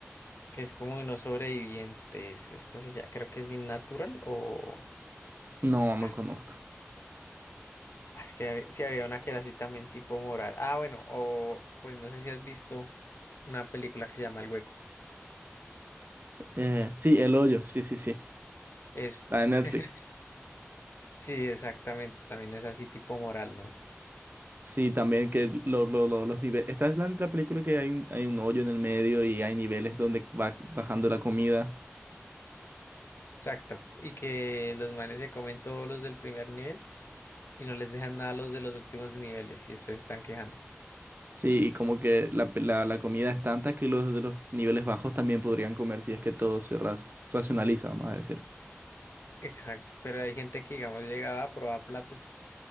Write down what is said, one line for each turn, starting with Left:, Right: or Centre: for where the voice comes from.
Left: Que es como unos sobrevivientes, esta se llama, creo que es Innatural o...
Right: No, no
Left: ah,
Right: conozco.
Left: Es que si había una que era así también tipo moral. Ah, bueno, o pues no sé si has visto una película que se llama El Hueco.
Right: Eh, sí, El Hoyo, sí, sí, sí,
Left: Eso.
Right: la de Netflix.
Left: <laughs> Sí, exactamente. También es así tipo moral, ¿no?
Right: Sí, también que lo- lo- lo- los niveles. Esta es la, la película que hay un, hay un hoyo en el medio y hay niveles donde va bajando la comida.
Left: Exacto. Y que los manes se comen todos los del primer nivel y no les dejan nada a los de los últimos niveles y después se están quejando.
Right: Sí, y como que la, pe- la- la comida es tanta que los de los niveles bajos también podrían comer si es que todo se ras- racionaliza, vamos a decir.
Left: Exacto. Pero hay gente que, digamos, llegaba a probar platos.